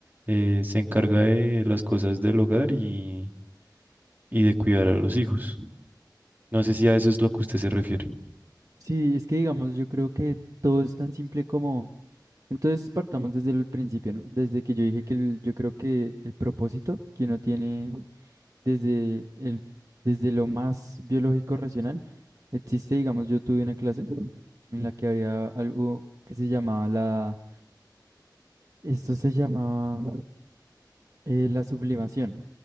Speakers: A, on the right; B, on the right.
A: eh, se encarga de las cosas del hogar y, y de cuidar a los hijos. No sé si a eso es lo que usted se refiere.
B: Sí, es que digamos, yo creo que todo es tan simple como... Entonces partamos desde el principio, ¿no? Desde que yo dije que el- yo creo que el propósito que uno tiene desde el, desde lo más biológico racional existe, digamos, yo tuve una clase en la que había algo que se llamaba la, esto se llamaba eh, la sublimación.